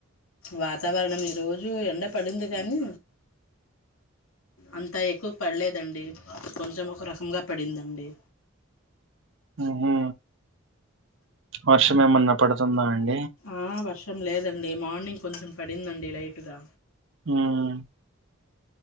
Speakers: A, on the left; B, on the right.
A: వాతావరణం ఈ రోజు ఎండ పడింది కానీ అంతా ఎక్కువ పడలేదండి కొంచెం ఒక రకంగా పడిందండి
B: ఉహూ వర్షం ఏమన్న పడుతుందా అండి
A: ఆ వర్షం లేదండి మార్నింగ్ కొంచెం పడిందండి లైటుగా
B: ఉమ్